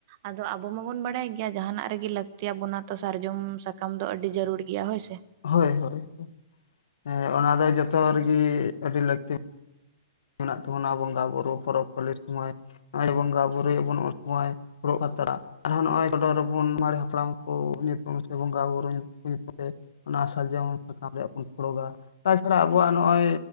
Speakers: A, on the right; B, on the left.
A: ᱟᱫᱚ ᱟᱵᱚ ᱢᱟᱵᱚᱱ ᱵᱟᱲᱟᱭ ᱜᱮᱭᱟ ᱡᱟᱦᱟᱸᱱᱟᱜ ᱨᱮᱜᱮ ᱞᱟᱹᱠᱛᱤ ᱟᱵᱚᱱᱟ ᱛᱚ ᱥᱟᱨᱡᱚᱢ ᱥᱟᱠᱟᱢ ᱫᱚ ᱟᱹᱰᱤ ᱡᱟᱨᱩᱲ ᱜᱮᱭᱟ ᱦᱳᱭᱥᱮ᱾
B: ᱦᱳᱭ ᱦᱳᱭ ᱦᱮᱸ ᱚᱱᱟ ᱫᱚ ᱡᱷᱚᱛᱚ ᱨᱮᱜᱮ ᱟᱹᱰᱤ ᱞᱟᱹᱠᱛᱤ ᱢᱮᱱᱟᱜ ᱛᱟᱵᱚᱱᱟ ᱵᱚᱸᱜᱟ, ᱵᱩᱨᱩ ᱯᱚᱨᱚᱵᱽ, ᱯᱟᱹᱞᱤ ᱥᱚᱢᱚᱭ ᱱᱚᱜ ᱚᱭ ᱵᱚᱸᱜᱟ, ᱵᱩᱨᱩᱭᱟᱵᱚᱱ ᱩᱱ ᱥᱚᱢᱚᱭ ᱯᱩᱨᱟ ᱟᱹᱛᱲᱟ ᱟᱨᱦᱚᱸ ᱱᱚᱸᱜᱼᱚᱭ ᱪᱚᱰᱚᱨ ᱨᱮᱵᱚᱱ ᱢᱟᱨᱮ ᱦᱟᱯᱲᱟᱢ ᱠᱚ ᱧᱩᱛᱩᱢ ᱥᱮ ᱵᱚᱸᱜᱟᱼᱵᱩᱨᱩ ᱧᱩᱛᱩᱢ ᱛᱮ ᱚᱱᱟ ᱥᱟᱨᱡᱚᱢ ᱥᱟᱠᱟᱢ ᱨᱮᱭᱟᱜ ᱵᱚᱱ ᱯᱷᱩᱲᱩᱜᱟ᱾ ᱛᱟᱪᱷᱟᱲᱟ ᱟᱵᱚᱣᱟᱜ ᱱᱚᱸᱜᱼᱚᱭ